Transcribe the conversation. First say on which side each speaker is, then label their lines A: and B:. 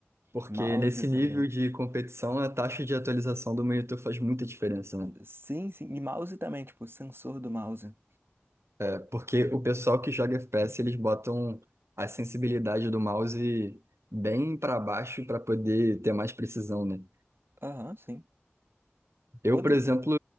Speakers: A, on the right; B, on the right.
A: Porque
B: Mouse
A: nesse
B: também.
A: nível de competição, a taxa de atualização do monitor faz muita diferença, né?
B: Sim, sim. E mouse também, tipo, sensor do mouse.
A: É, Porque o pessoal que joga FPS, eles botam a sensibilidade do mouse bem para baixo para poder ter mais precisão, né?
B: Aham, sim.
A: Eu,
B: Outro.
A: por exemplo,